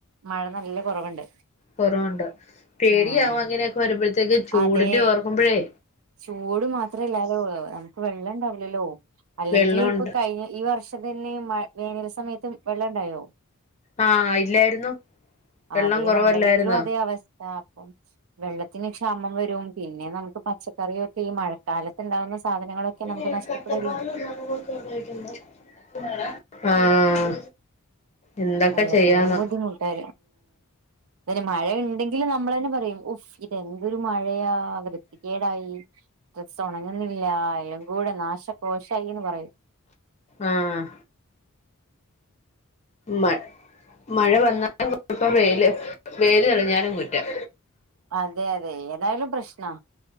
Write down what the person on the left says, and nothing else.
കുറവുണ്ട് പേടിയവും
അങ്ങനെയൊക്കെ വരുമ്പോഴത്തേക്ക്. ചൂടിന്റെ
ഓർക്കുമ്പോഴേ.
വെള്ളമുണ്ട്
ആഹ് ഇല്ലായിരുന്നു. വെള്ളം
കുറവല്ലായിരുന്നോ
ഉം
കട്ട <unintelligible> ആഹ് എന്തൊക്കെ
ചെയ്യാന.
ആഹ് മ മഴ വന്നാല്പ്പ വെല് വെൽ തെളിഞ്ഞാലും കുറ്റം.